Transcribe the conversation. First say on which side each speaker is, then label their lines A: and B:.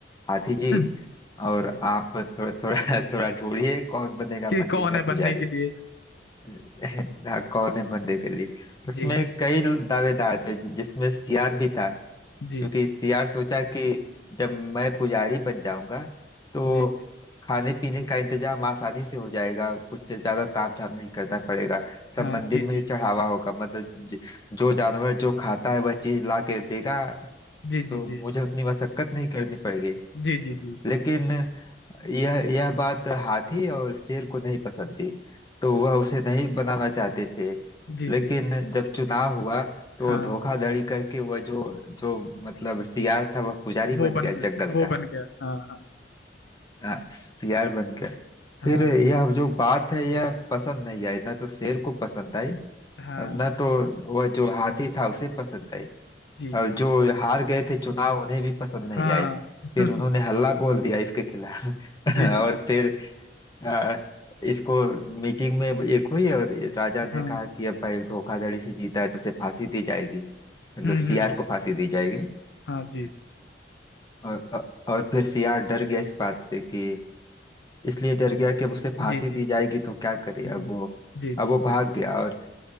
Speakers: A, on the left (about 20°); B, on the left (about 70°).
A: हाथी
B: <laughs>
A: जी और आप थोड़ा थोड़ा <laughs> थोड़ा ढूंढिए कौन बनेगा
B: कि
A: मंदिर
B: कौन
A: का
B: है बनने
A: पुजारी
B: के लिए
A: <laughs> हाँ, कौन है मंदिर के लिए उसमें
B: जी
A: कई दावेदार थे जिसमें सियार भी था
B: जी
A: क्योंकि सियार सोचा कि जब मैं पुजारी बन जाऊंगा तो
B: जी जी
A: खाने पीने का इंतजाम आसानी से हो जाएगा कुछ ज्यादा ताम झाम नहीं करना पड़ेगा सब
B: हाँ
A: मंदिर
B: जी
A: में
B: जी
A: ही चढ़ावा होगा मतलब ज- जो जानवर जो खाता है वह चीज ला के देगा
B: जी जी
A: तो मुझे
B: जी
A: उतनी मशक्कत नहीं करनी पड़ेगी
B: जी जी जी
A: लेकिन यह यह बात हाथी और शेर को नहीं पसंद थी तो वह उसे नहीं बनाना चाहते थे
B: जी
A: लेकिन
B: जी
A: जब चुनाव हुआ तो
B: हाँ
A: धोखाधड़ी करके वह जो जो मतलब सियार था वह पुजारी
B: वो
A: बन गया
B: बन
A: जंगल
B: वो
A: का
B: बन गया हाँ हाँ
A: हाँ, सियार बन गया
B: हाँ
A: फिर यह जो बात है यह पसंद नहीं आई ना तो शेर को पसंद आई
B: हाँ
A: न तो वह जो हाथी था उसे पसंद आई
B: जी
A: और
B: जी
A: जो हार गए थे चुनाव उन्हें भी पसंद नहीं
B: हाँ
A: आए
B: <laughs>
A: फिर उन्होंने हल्ला बोल दिया इसके खिलाफ
B: जी
A: <laughs> और
B: जी
A: फिर आ, इसको मीटिंग में एक हुई और राजा
B: हाँ
A: ने कहा कि अब भाई धोखाधड़ी से जीता है तो उसे फांसी दी जाएगी मतलब
B: हम्म
A: सीआर
B: हम्म
A: को फांसी दी जाएगी
B: हाँ जी
A: और और फिर सीआर डर गया इस बात से कि इसलिए डर गया कि अब उसे फांसी
B: जी जी
A: दी जाएगी तो क्या करे
B: हम्म,
A: अब वो
B: जी
A: अब
B: जी
A: वो भाग गया और